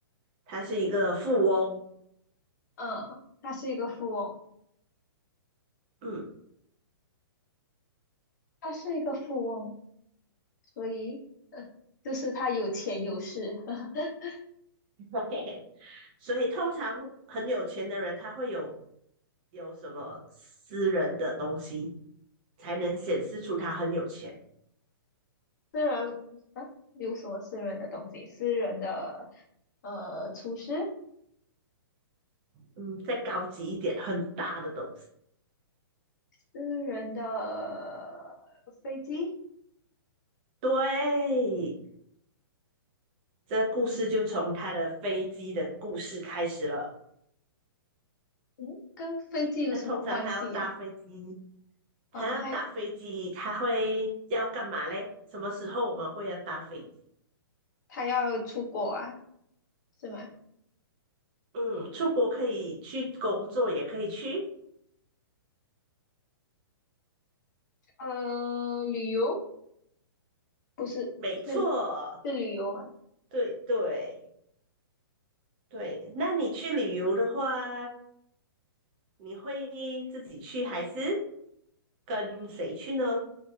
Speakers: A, on the right; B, on the left.
A: 他是一个富翁，
B: 嗯，他是一个富翁，
A: 嗯，
B: 他是一个富翁，所以就是他有钱有势，<laughs>
A: <laughs> 所以通常很有钱的人，他会有有什么私人的东西，才能显示出他很有钱。
B: 私人啊，有什么私人的东西？私人的呃，厨师。
A: 嗯，再高级一点，很大的东西。
B: 私人的飞机，
A: 对，这故事就从他的飞机的故事开始了。
B: 嗯，跟飞机有什么关系呀、
A: 那通常他要搭飞机，他要搭飞机，
B: 嗯，他
A: 他会要干嘛嘞？什么时候我们会要搭飞机？
B: 他要出国啊，是吗？
A: 嗯，出国可以去工作，也可以去，
B: 呃，旅游不是是
A: 没错，
B: 是旅游吗？
A: 对对对。那你去旅游的话，你会自己去还是跟谁去呢？